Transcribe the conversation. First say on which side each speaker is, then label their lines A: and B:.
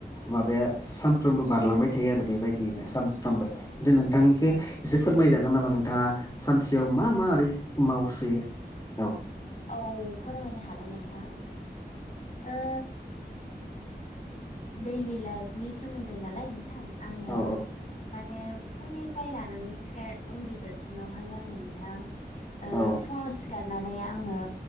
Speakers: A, on the left; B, on the left.
A: माबाया सानफ्रोमबो बारलांबाय थायो आरो बेबायदियैनो सानफ्रोमबो दे नोंथांनिखौ
B: औ
A: एसे फोरमायजागोन नामा नोंथाङा सानसेयाव मा मा ओरै मावसोयो औ
B: औ फोरमायनो हागोन नोंथां ओ दैलि लाइफनि सोमोन्दै नालाय नोंथां आङो
A: औ
B: माने फुंनिफ्राय लानानै सिखार उन्दु जासिमावहाय आङो नोंथां ओ
A: औ
B: फुङाव सिखारनानै आङो